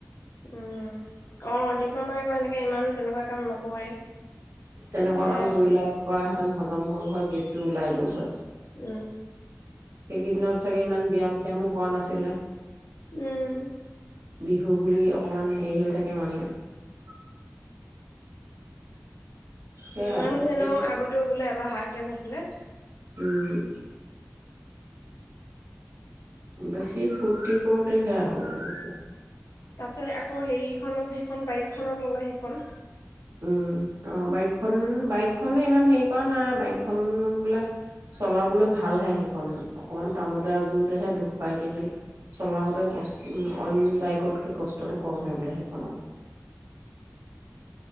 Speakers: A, on the left (about 80°); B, on the right (about 90°).
A: উম অ' দীপ মামা আকৌ সেনেকে ইমান তেনেকুৱা কাম নকৰে
B: তেনেকুৱা কাম
A: এ
B: কৰিলে কৰা হজম হ'ল হয় গেছটো ওলাই গ'ল হয়।
A: উম।
B: সেইকেইদিনত চাগে ইমান ব্যায়াম চিয়ামো কৰা নাছিলে,
A: উম
B: বিহু বুলি অকমান হেৰি হৈ থাকে মানুহ। সেয়াই
A: মানুহটো
B: বেছি
A: এনেও আগতেও বোলে এবাৰ হাৰ্ড <unintelligible> হৈছিলে
B: উম। বেছি ফুৰ্তি কৰোতে সেয়া হ'ল দে দে
A: তাতে আকৌ হেৰিখনো সেইখন বাইকখনো ল'লে সেইখন।
B: উম অ' বাইকখন বাইকখনে ইমান হেৰি কৰা নাই বাইকখন বোলে চলাবলৈ ভালহে সেইখন অকমান টানোতে আজোৰোতেহে দুখ পায় কিন্তু চলাওতে উ অ' বাইকতকে কষ্টটো কমহে বোলে সেইখনৰ।